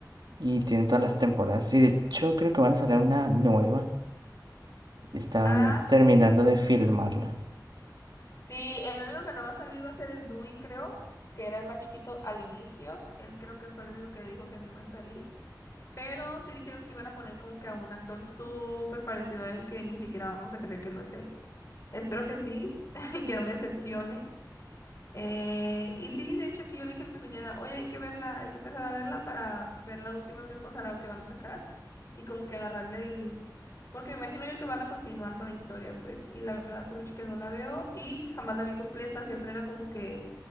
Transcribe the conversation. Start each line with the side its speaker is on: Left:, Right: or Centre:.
Right: y tiene todas las temporadas. Y de hecho creo que van a sacar una nueva. Están
Left: Ah, sí,
Right: terminando
Left: sí escuché.
Right: de filmarla.
Left: Sí, el único que no va a salir va a ser el Dewey, creo, que era el más chiquito al inicio. Él creo que fue el único que dijo que no iba a salir. Pero sí dijeron que iban a poner como que a un actor súper parecido a él, que ni siquiera vamos a creer que no es él. Espero que sí, <laughs> que no me decepcione. Eh, y sí, de hecho aquí yo le dije a mi cuñada, oye, hay que verla, hay que empezar a verla para ver la última, tem- o sea, la que van a sacar y como que agarrarle el... Porque me imagino yo que van a continuar con la historia, pues, y la verdad hace mucho que no la veo y jamás la vi completa, siempre era como que